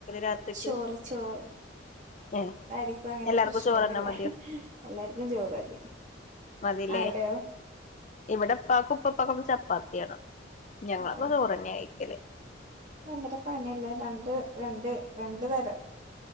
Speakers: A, on the left (about 35°); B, on the right (about 40°).
A: രാത്രിക്ക്
B: ചോറ് ചോറ്
A: ഏ
B: എായിരിക്കും അങ്ങനത്തെ
A: എല്ലാർക്കും
B: പ്രശ്നൊന്നുമല്ല
A: ചോറന്നെ മതിയോ
B: എല്ലാർക്കും ചോറാ മതി
A: മതിലേ
B: അവിടെയോ
A: ഇവിടെ പാക്ക് ഉപ്പപ്പാക്കൊക്കെ ചപ്പാത്തിയാണ് ഞങ്ങക്ക
B: ആഹ്
A: ചോറ്ന്നെ അയിക്കലേ
B: ഭയങ്കര പണല്ലേ രണ്ട് രണ്ട് രണ്ട് തരം